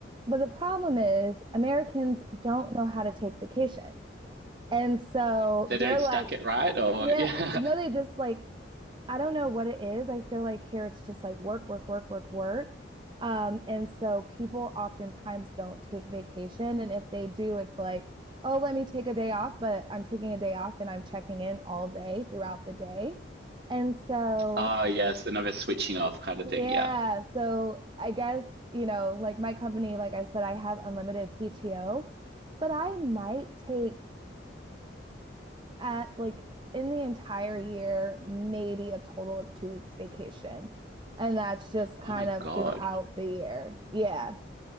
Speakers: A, on the right; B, on the right.
A: But the problem is, Americans don't know how to take vacation. And so
B: they
A: they're
B: don't
A: like,
B: stack it right, or
A: yeah,
B: <laughs> yeah.
A: no, they just like I don't know what it is. I feel like here it's just like work, work, work, work, work. Um, and so people oftentimes don't take vacation. And if they do, it's like, oh, let me take a day off, but I'm taking a day off and I'm checking in all day throughout the day. And so,
B: Oh yes, another switching off kind of
A: yeah.
B: thing. Yeah.
A: So I guess, you know, like my company, like I said, I have unlimited PTO, but I might take at like in the entire year, maybe a total of two weeks vacation. And that's just kind
B: Oh my
A: of
B: god,
A: throughout the year. Yeah.